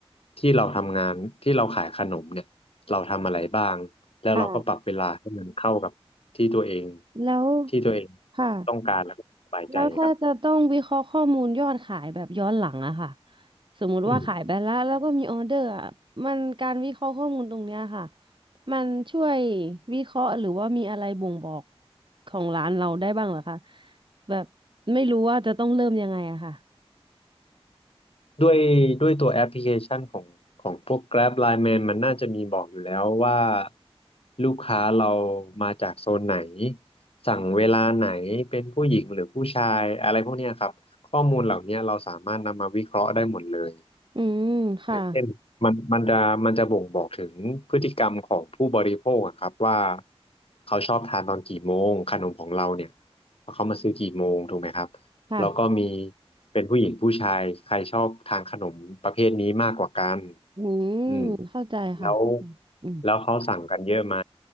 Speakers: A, on the left (about 65°); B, on the right (about 50°).
A: ที่เราทำงานที่เราขายขนมเนี่ยเราทำอะไรบ้างแล้วเราก็ปรับเวลาให้มันเข้ากับที่ตัวเอง
B: ค่ะแล้ว
A: ที่ตัวเอง
B: ค่ะ
A: ต้องการแล้วก็สบายใจครับ
B: แล้วถ้าจะต้องวิเคราะห์ข้อมูลยอดขายแบบย้อนหลังอะค่ะสมมุติว่าขายไปแล้วแล้วก็มีออเดอร์อะมันการวิเคราะห์ข้อมูลตรงเนี้ยค่ะ
A: อืม
B: มันช่วยวิเคราะห์หรือว่ามีอะไรบ่งบอกของร้านเราได้บ้างเหรอคะแบบไม่รู้ว่าจะต้องเริ่มยังไงอะค่ะ
A: ด้วยด้วยตัวแอปพลิเคชันของของพวก Grab Line Man มนมันน่าจะมีบอกอยู่แล้วว่าลูกค้าเรามาจากโซนไหนสั่งเวลาไหนเป็นผู้หญิงหรือผู้ชายอะไรพวกเนี้ยครับข้อมูลเหล่าเนี้ยเราสามารถนำมาวิเคราะห์ได้หมดเลย
B: อืมค่ะ
A: อย่างเช่นมันมันจะมันจะบ่งบอกถึงพฤติกรรมของผู้บริโภคอะครับว่าเขาชอบทานตอนกี่โมงขนมของเราเนี่ยเขามาซื้อกี่โมงถูกไหมครับ
B: ค่ะ
A: แล้วก็มีเป็นผู้หญิงผู้ชายใครชอบทานขนมประเภทนี้มากกว่ากัน
B: อืม
A: อืม
B: เข้าใจค่ะเข้าใจอืม
A: แล้วแล้วเขาสั่งกันเยอะไหม